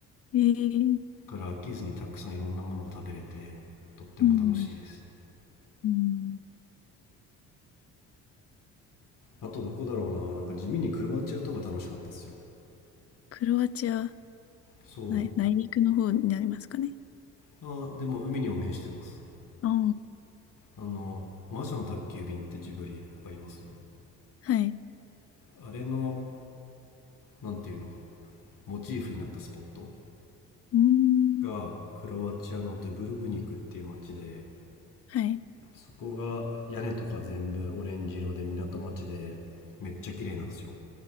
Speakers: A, on the left; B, on the left.
A: えー、
B: から飽きずにたくさんいろんなものが食べれてとっても楽しいです
A: うん、うん。
B: あとどこだろうななんか地味にクロアチアとか楽しかったっすよ
A: クロアチア、
B: そ
A: 内、内陸の方になりますかね。
B: うあでも海にも面してます
A: ああ、
B: あの「魔女の宅急便」ってジブリわかります
A: はい。
B: あれのなんていうのモチーフになったスポット
A: うん、
B: がクロアチアのドゥブルブニクっていう町で
A: はい。
B: そこが屋根とか全部オレンジ色で港町でめっちゃ綺麗なんですよ